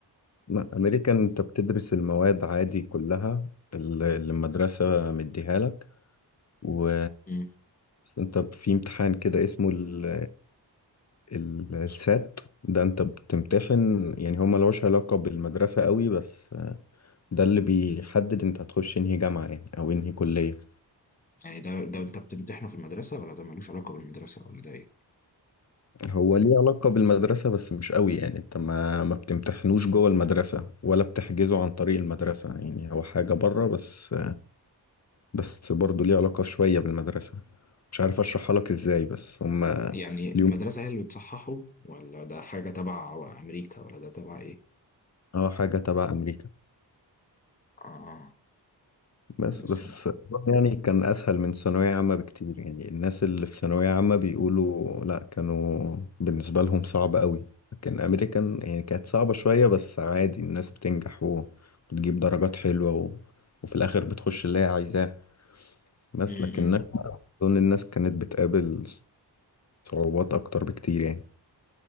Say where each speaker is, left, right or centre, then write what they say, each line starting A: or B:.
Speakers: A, on the left (about 35°); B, on the left (about 20°).
A: لا أمريكا أنت بتدرس المواد عادي كلها اللي اللي المدرسة مديها لك و
B: مم.
A: بس أنت في امتحان كده اسمه ال... ال- السات ده أنت بتمتحن يعني هو ملوش علاقة بالمدرسة قوي بس ده اللي بيحدد أنت هتخش انهي جامعة يعني أو انهي كلية
B: يعني ده ده أنت بتمتحنه في المدرسة ولا ده ملوش علاقة بالمدرسة ولا ده إيه؟
A: هو ليه علاقة بالمدرسة بس مش قوي يعني انت ما ما بتمتحنوش جوه المدرسة ولا بتحجزه عن طريق المدرسة يعني هو حاجة بره بس بس برضه ليه علاقة شوية بالمدرسة مش عارف اشرحها لك ازاي بس هم
B: يعني
A: اليوم
B: المدرسة هي اللي بتصححه ولا ده حاجة تبع أمريكا ولا ده تبع إيه؟
A: اه حاجة تبع امريكا
B: آه
A: بس
B: بس
A: بس يعني كان أسهل من ثانوية عامة بكتير يعني الناس اللي في ثانوية عامة بيقولوا لأ كانوا بالنسبة لهم صعب قوي لكن أمريكان يعني كانت صعبة شوية بس عادي الناس بتنجح و- وتجيب درجات حلوة و... وفي الآخر بتخش اللي هي عايزاه بس
B: مم.
A: لكن أنا أظن الناس كانت بتقابل صعوبات أكتر بكتير يعني